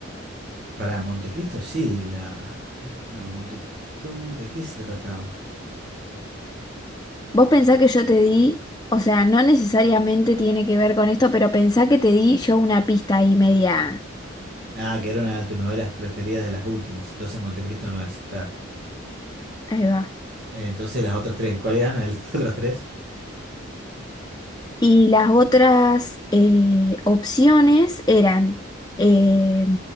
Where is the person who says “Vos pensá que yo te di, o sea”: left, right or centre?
Left